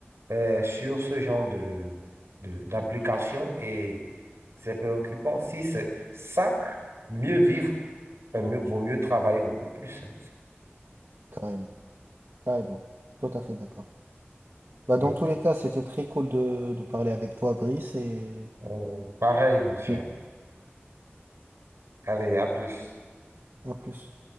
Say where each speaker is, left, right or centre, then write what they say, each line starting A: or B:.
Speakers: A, on the right; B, on the right.
A: euh, sur ce genre de, de- d'application et c'est préoccupant. Si c'est ça, mieux vivre, ben, mieux- vaut mieux travailler beaucoup plus. hein.
B: Carrément, carrément. Tout à fait d'accord. Bah,
A: Donc,
B: dans tous les cas, c'était très cool de, de parler avec toi, Brice, et
A: Euh, pareil, mon cher.
B: et
A: Allez, à plus.
B: à plus.